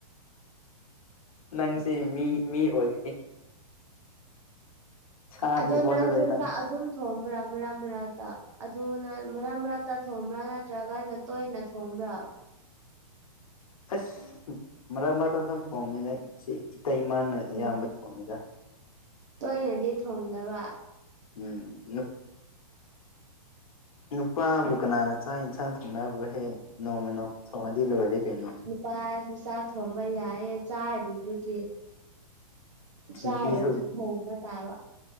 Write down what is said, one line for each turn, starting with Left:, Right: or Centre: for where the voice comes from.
Left: ꯅꯪꯁꯤ ꯃꯤ ꯃꯤ ꯑꯣꯏꯒꯅꯤ ꯁꯥꯗꯤ
Right: ꯑꯗꯣ
Left: ꯑꯣꯜꯂꯔꯣꯏ
Right: ꯅꯪꯁꯨ
Left: ꯅꯪ
Right: ꯆꯥꯛ ꯑꯗꯨꯝ ꯊꯣꯡꯕ꯭ꯔꯥ ꯃꯔꯛ ꯃꯔꯛꯇ ꯑꯗꯨ ꯅ ꯃꯔꯛ ꯃꯔꯛꯇ ꯊꯣꯡꯕ꯭ꯔꯥ ꯅꯠꯇ꯭ꯔꯒꯅ ꯇꯣꯏꯅ ꯊꯣꯡꯕ꯭ꯔꯥ
Left: ꯑꯁ ꯃꯔꯛ ꯃꯔꯛꯇ ꯈꯛ ꯊꯣꯡꯉꯤꯗ ꯏꯆꯦ ꯏꯇꯩꯃꯅ ꯑꯌꯥꯝꯕ
Right: ꯎꯝ
Left: ꯊꯣꯡꯉꯤꯗ
Right: ꯇꯣꯏꯅꯗꯤ ꯊꯣꯡꯗꯕ
Left: ꯎꯝ ꯅꯨꯄꯥꯕꯨ ꯀꯅꯥꯅ ꯆꯥꯛ ꯌꯦꯟꯁꯥꯡ ꯊꯣꯡꯅꯕ꯭ꯔ ꯍꯦ ꯅꯣꯡꯃ ꯅꯣꯡꯃ ꯊꯣꯡꯉꯗꯤ ꯂꯣꯏꯔꯦ ꯀꯩꯅꯣ
Right: ꯄꯥꯁꯨ ꯆꯥꯛ ꯊꯣꯡꯕ ꯌꯥꯏꯌꯦ ꯆꯥꯔꯤꯗꯨꯗꯤ ꯆꯥꯔꯗꯤ
Left: ꯅꯨꯄꯤꯁꯨ
Right: ꯊꯣꯡꯕ ꯇꯥꯕ